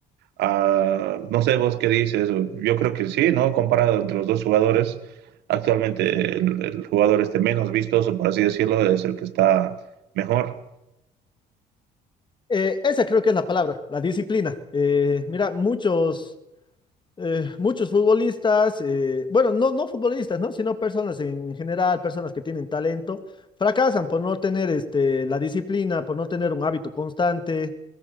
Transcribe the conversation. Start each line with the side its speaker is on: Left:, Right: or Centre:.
Right: Uh, no sé vos qué dices, yo creo que sí, ¿no? Comparado entre los dos jugadores, actualmente el, el, jugador este menos vistoso, por así decirlo, es el que está mejor.
Left: Eh, esa creo que es la palabra, la disciplina. Eh, mira, muchos eh, muchos futbolistas, eh, bueno, no, no futbolistas, ¿no? Sino personas en, en general, personas que tienen talento, fracasan por no tener este, la disciplina, por no tener un hábito constante.